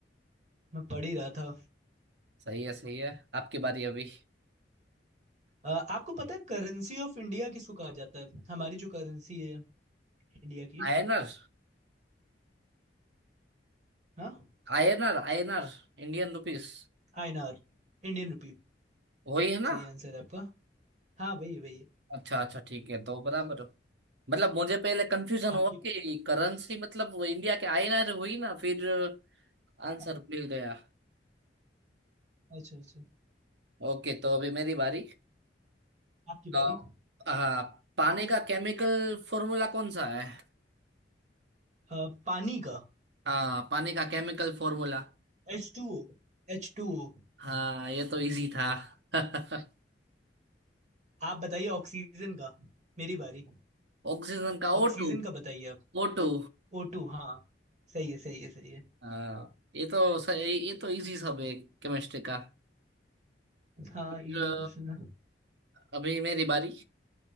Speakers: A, on the right; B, on the right.
A: मैं पढ़ ही रहा था
B: सही है सही है आपकी बारी अभी
A: अ, आपको पता है करेंसी ऑफ इंडिया किसको कहा जाता है हमारी जो करेंसी है इंडिया की
B: आयनर
A: हाँ
B: आयनर आयनर इंडियन रुपीस
A: आईएनआर Indian rupee
B: वही है ना
A: सही आंसर है आपका हाँ वही है वही है
B: अच्छा अच्छा ठीक है तो बराबर मतलब मुझे पहले कंफ्यूजन
A: आपकी
B: हुआ
A: बारी
B: कि करेंसी मतलब वो इंडिया के आईएनआर हुई ना फिर आंसर
A: हाँ
B: मिल गया
A: अच्छा अच्छा
B: ओके तो अभी मेरी बारी
A: आपकी
B: अ,
A: बारी
B: हाँ पानी का केमिकल फॉर्मूला कौन सा है
A: अ, पानी का
B: हाँ पानी का केमिकल फॉर्मूला
A: एच टू ओ एच टू ओ
B: हाँ ये तो इजी था <laughs>
A: आप बताइए ऑक्सीजन का मेरी बारी
B: ऑक्सीजन का
A: ऑक्सीजन
B: ओ टू
A: का बताइए आप
B: ओ टू
A: ओ टू हाँ सही है सही है सही है
B: हाँ ये तो स- ये ये तो इजी सब है केमिस्ट्री का
A: हाँ
B: फिर
A: इजी
B: अ,
A: क्वेश्चन है
B: अभी मेरी बारी